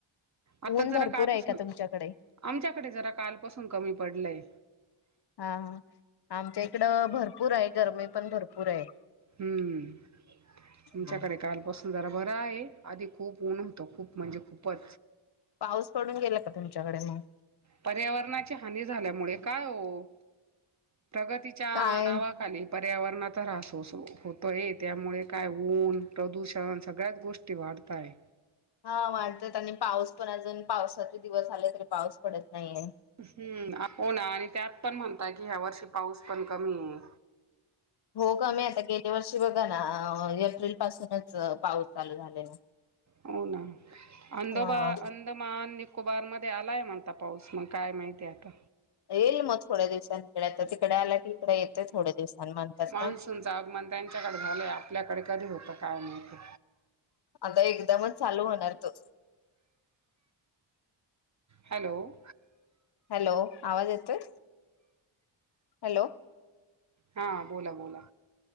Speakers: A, on the right (about 35°); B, on the left (about 55°).
A: आता
B: ऊन
A: जरा
B: भरपूर
A: कालपासून
B: आहे का तुमच्याकडे?
A: आमच्याकडे जरा कालपासून कमी पडलय.
B: हा हा आमच्या इकडं भरपूर आहे. गरमी पण भरपूर आहे.
A: हम्म तुमच्याकडे
B: हा
A: कालपासून. जरा बरा आहे. आधी खूप ऊन होतो खूप म्हणजे खूप <unintelligible>
B: पाऊस पडून गेला का तुमच्याकडे मग
A: पर्यावरणाची हानी झाल्यामुळे काय हो. प्रगतीच्या
B: काय
A: नावाखाली पर्यावरणात. त्रास. त्रास होतोय. त्यामुळे काय ऊन प्रदूषण सगळ्याच गोष्टी वाढतय
B: हा वाटतात आणि पाऊस पण अजून पावसाचे दिवस झाले तरी पाऊस पडत नाहीे.
A: हम्म हो ना आणि त्यात पण म्हणता की ह्या वर्षी पाऊस पण कमी आहे
B: हो का मी आता गेल्या वर्षी बघा ना एप्रिल पासूनच पाऊस चालू झालेला.
A: हो ना अंद
B: हा
A: अंदमान निको निकोबार मध्ये आलाय म्हणता पाऊस मग काय माहितीय आता..
B: येईल मग थोड्या दिवसांकडे तर तिकडे आला. की इकडे येते थोड्या दिवसांनी म्हणतात
A: मान्सूनच
B: ना
A: आगमन त्यांच्याकडे झालंय आपल्याकडे कधी होतात. काय माहिती
B: आता एकदमच चालू होणार तो
A: हॅलो
B: हॅलो आवाज येतो हॅलो
A: हां, बोला, बोला.